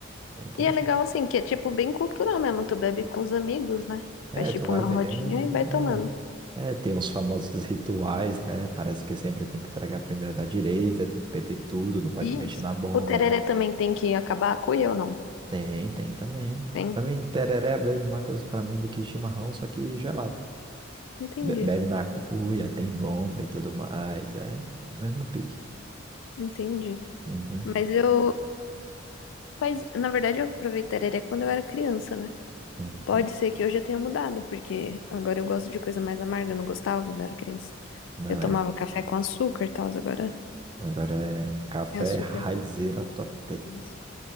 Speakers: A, on the right (about 25°); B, on the left (about 70°).
A: é interessante.
B: E é legal assim, que é tipo bem cultural mesmo, tu bebe com os amigos, né?
A: É,
B: Faz tipo
A: tu vai
B: uma
A: bebendo,
B: rodinha e vai
A: é.
B: tomando.
A: É, tem uns famosos rituais, né? Parece que sempre tem que tragar primeiro da direita, tem que beber tudo, não pode
B: Isso.
A: mexer na bomba,
B: O tereré
A: né?
B: também tem que acabar a cuia ou não?
A: Tem, tem também.
B: Tem?
A: Pra mim, tereré é a mesma coisa pra mim do que chimarrão, só que gelado.
B: Entendi,
A: Be- Bebe na cuia, tem bomba e tudo mais, é o mesmo pique.
B: entendi.
A: Uhum,
B: Mas eu faz, na verdade eu provei tereré quando eu era criança, né?
A: uhum.
B: Pode ser que eu já tenha mudado, porque agora eu gosto de coisa mais amarga, eu não gostava quando era criança.
A: Não
B: Eu tomava
A: é.
B: café com açúcar e tal, agora
A: Agora é café
B: é açúcar.
A: raizeira top
B: Isso.